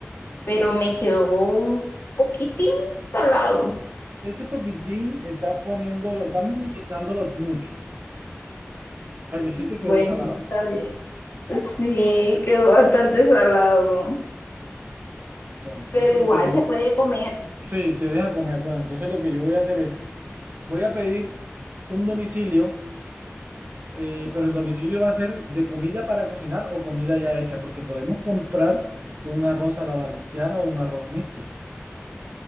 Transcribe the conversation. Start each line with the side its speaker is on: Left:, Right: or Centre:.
Left: pero me quedó un poquitín salado.
Right: Ese poquitín estás poniéndolo, estás minimizándolo mucho. Para que sí te
Left: Bueno,
Right: quedó salado.
Left: está bien. Sí, quedó bastante salado,
Right: Bueno, entonces
Left: pero igual
Right: lo que yo...
Left: se puede comer.
Right: Sí, se deja comer. Bueno, entonces lo que yo voy a hacer es... Voy a pedir un domicilio, eh, pero el domicilio va a ser de comida para cocinar o comida ya hecha, porque podemos comprar un arroz a la valenciana o un arroz mixto.